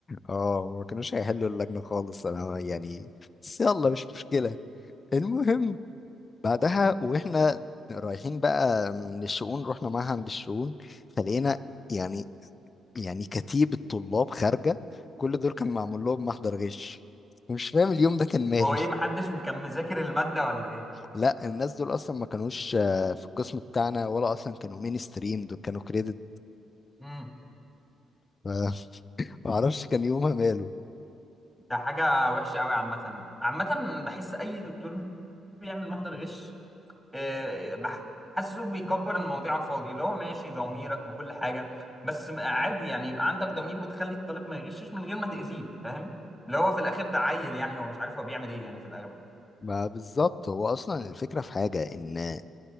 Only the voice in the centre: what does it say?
هو ايه محدش كان مذاكر المادة ولا ايه
امم
ده حاجة وحشة قوي عامة عامة بحس اي دكتور بيعمل محضر غش آه، بحسه بيكبر المواضيع على الفاضي اللي هو ماشي ضميرك وكل حاجة بس م- عادي يعني يبقى عندك ضمير وتخلي الطالب ما يغشش من غير ما تأذيه فاهم اللي هو في الآخر ده عيل يعني هو مش عارف هو بيعمل ايه يعني في الأغلب